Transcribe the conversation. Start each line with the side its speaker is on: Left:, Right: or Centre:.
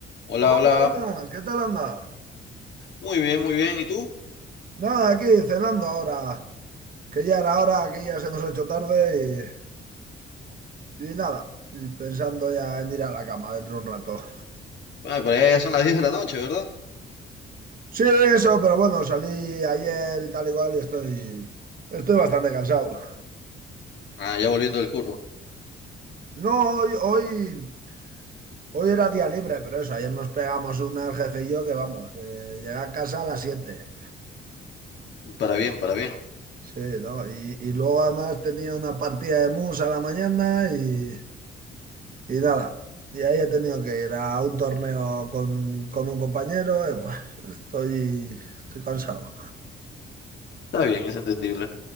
Left: Hola,
Right: Hola,
Left: hola.
Right: buenas, ¿qué tal andas?
Left: Muy bien, muy bien. ¿Y tú?
Right: Nada, aquí cenando ahora, que ya era hora, que ya se nos ha hecho tarde y, y nada, y pensando ya en ir a la cama dentro de un rato.
Left: Ah, por allá ya son las 10 de la noche, ¿verdad?
Right: Sí, eso, pero bueno, salí ayer y tal igual y cual y estoy, estoy bastante cansado.
Left: Ah, ya volviendo del curro.
Right: No, hoy, hoy, hoy era día libre, pero eso, ayer nos pegamos una el jefe y yo que vamos, que llegué a casa a las 7.
Left: Para bien, para bien.
Right: Sí, ¿no? Y, y luego además tenía una partida de mus a la mañana y Y nada, y ahí he tenido que ir a un torneo con, con un compañero. y, buah, estoy, estoy cansado.
Left: Está bien, es entendible.